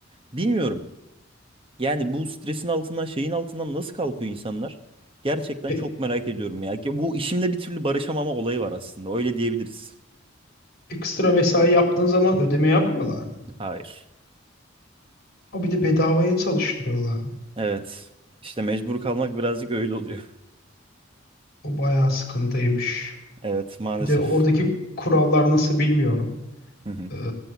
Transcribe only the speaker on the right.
Bilmiyorum. Yani bu stresin altından, şeyin altından nasıl kalkıyor insanlar? Gerçekten
çok merak ediyorum ya. Ki Bu işimle bir türlü barışamama olayı var aslında. Öyle diyebiliriz.
Hayır.
Evet. İşte mecbur kalmak birazcık öyle oluyor. <laughs>
Evet, maalesef.
<laughs>